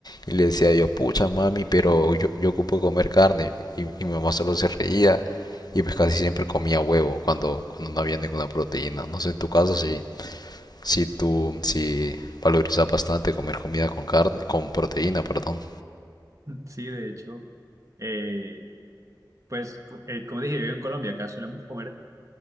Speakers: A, on the left (about 60°); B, on the right (about 45°).
A: y le decía yo, pucha mami, pero yo, yo ocupo comer carne y, y mi mamá solo se reía y pues casi siempre comía huevo cuando, cuando no había ninguna proteína. No sé, en tu caso sí si tú, si valorizas bastante comer comida con carne, con proteína, perdón.
B: Sí, de hecho, eh, pues co- eh, como dije, vivo en Colombia, acá solemos comer,